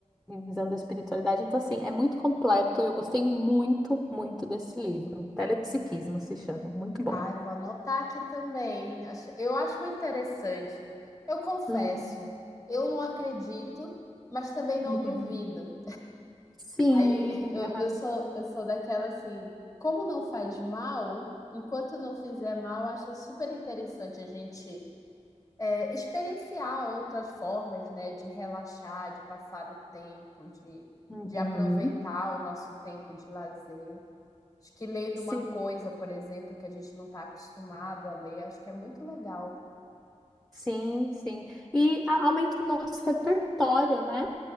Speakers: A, in the centre; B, on the left (about 25°).
A: visão da espiritualidade. Então, assim, é muito completo e eu gostei muito, muito desse livro. Telepsiquismo se chama, muito bom.
B: Ah, eu vou anotar aqui também. Acho- Eu acho muito interessante. Eu confesso,
A: Uhum.
B: eu não acredito, mas também não
A: Uhum.
B: duvido.
A: Sim,
B: Aí <laughs> eu,
A: aham,
B: eu sou, eu sou daquela assim, como não faz mal, enquanto não fizer mal, acho super interessante a gente experienciar outras formas, né, de relaxar, de passar o tempo, de,
A: uhum.
B: de aproveitar o nosso tempo de lazer. Acho que lendo
A: Sim.
B: uma coisa, por exemplo, que a gente não está acostumado a ler, acho que é muito legal.
A: Sim, sim. E a- aumenta o nosso repertório, né?